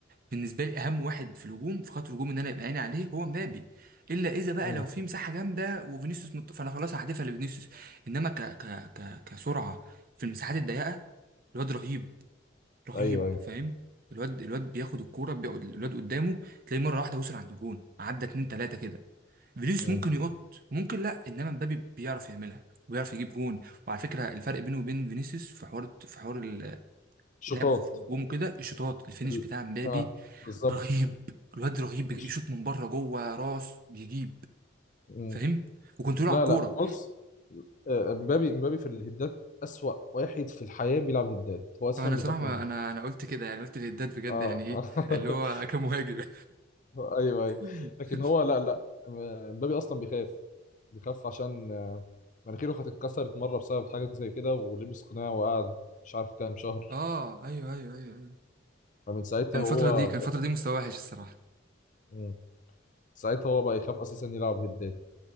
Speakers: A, on the right; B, on the left.
A: بالنسبه لي اهم واحد في الهجوم في خط الهجوم ان انا يبقى عيني عليه هو مبابي الا اذا بقى
B: مم.
A: لو في مساحه جامده وفينيسيوس مت... فانا خلاص هحدفها لفينيسيوس انما ك... ك... ك... كسرعه في المساحات الضيقه الواد رهيب رهيب
B: ايوه ايوه
A: فاهم الواد الواد بياخد الكوره بيقعد الواد قدامه تلاقيه مره واحده وصل عند الجون عدى اتنين تلاته كده فينيسيوس
B: مم.
A: ممكن يقط وممكن لا انما مبابي بيعرف يعملها وبيعرف يجيب جون وعلى فكره الفرق بينه وبين فينيسيوس في حوار في حوار ال-
B: شطات
A: لعبه في الهجوم وكده الشوطات الفينش
B: ال...
A: بتاع مبابي
B: اه بالظبط
A: رهيب الواد رهيب
B: مش...
A: يشوط من بره جوه راس بيجيب
B: مم.
A: فاهم وكنترول
B: لا
A: على الكوره
B: لا بص آه، امبابي امبابي في الهدات اسوأ واحد في الحياه بيلعب هدات هو اساسا
A: انا
B: بيخاف
A: صراحه ما
B: منه
A: انا انا قلت كده يعني قلت للداد بجد
B: اه
A: يعني ايه
B: <laughs>
A: اللي هو كمهاجم
B: <laughs> ايوه ايوه
A: <laughs>
B: لكن هو لا لا مبابي اصلا بيخاف بيخاف عشان آه، مناخيره كانت اتكسرت مره بسبب حاجه زي كده ولبس قناع وقعد مش عارف كام شهر
A: اه ايوه ايوه ايوه أيوه.
B: فمن ساعتها
A: كان الفترة
B: هو
A: دي كان الفترة دي مستواه وحش الصراحة
B: مم. ساعتها هو بقى يخاف اساسا يلعب هدات